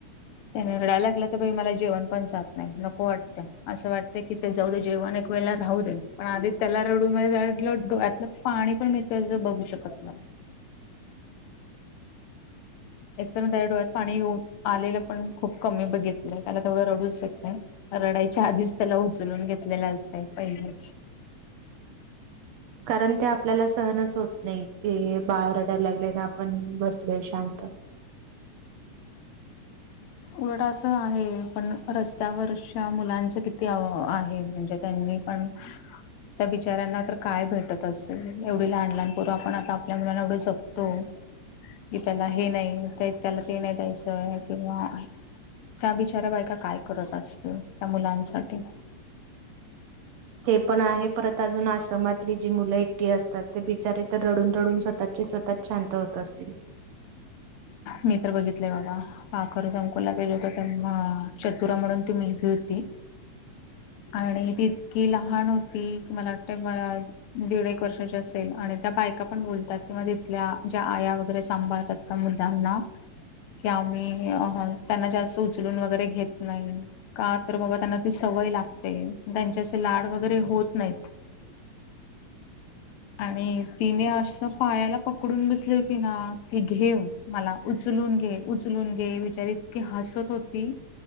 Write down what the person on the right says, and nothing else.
कारण ते आपल्याला सहनच होत नाही ते बाळ रडायला लागले ना आपण बसलोय शांत.
ते पण आहे परत अजून आश्रमातली जी मुलं एकटी असतात ते बिचारे तर रडून रडून स्वतःचे स्वता शांत होत असतील. <inaudible>
<unintelligible>